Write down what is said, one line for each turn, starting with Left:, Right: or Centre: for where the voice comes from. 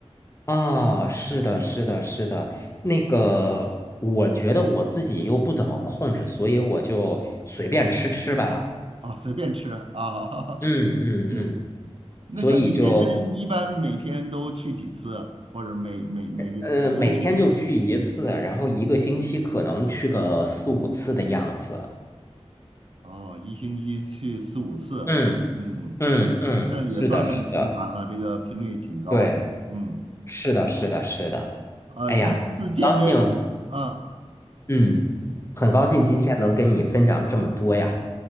Left: 啊，是的，是的，是的，那个，我觉得我自己又不怎么控制，所以我就随便吃吃吧。
Right: 啊，随便吃啊，
Left: 嗯嗯嗯，
Right: <laughs> 嗯。那像你健身，
Left: 所以就
Right: 一般每天都去几次，或者每每每每周去几次？
Left: 呃每天就去一次，然后一个星期可能去个四五次的样子。
Right: 哦，一星期去四五次，
Left: 嗯
Right: 嗯。
Left: 嗯嗯，
Right: 那也算很频繁了，
Left: 是的，是的，
Right: 这个频率挺高的。
Left: 对，
Right: 嗯，
Left: 是的，是的，是的。
Right: 呃，
Left: 哎呀，
Right: 一次健身啊
Left: 高兴，嗯，很高兴今天能跟你分享这么多呀。